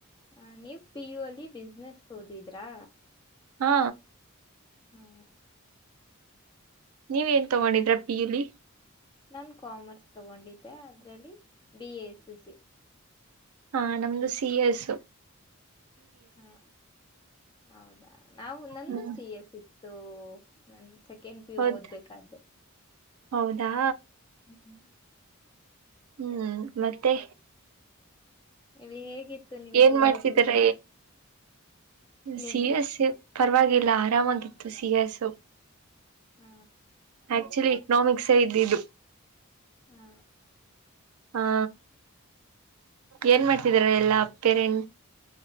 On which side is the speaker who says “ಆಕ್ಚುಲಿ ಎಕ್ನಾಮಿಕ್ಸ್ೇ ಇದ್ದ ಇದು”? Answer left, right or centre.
Right